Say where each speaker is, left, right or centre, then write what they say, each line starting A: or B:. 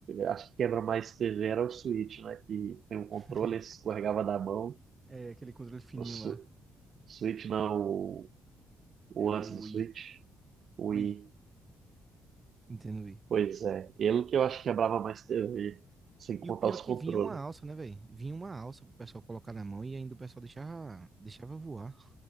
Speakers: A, on the right; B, on the right.
A: acho que quebra mais TV era o Switch, né? Que tem um
B: <laughs>
A: controle, escorregava da mão.
B: É aquele controle fininho
A: O Su-
B: lá.
A: Switch não, o, o
B: É o
A: antes do
B: Wii.
A: Switch, o Wii.
B: Wii. I. Entendo, Wii.
A: Pois é, ele que eu acho que quebrava mais TV, sem contar
B: E o pior
A: os
B: é que
A: controles.
B: vinha uma alça, né, velho? Vinha uma alça pro pessoal colocar na mão e ainda o pessoal deixava, deixava voar.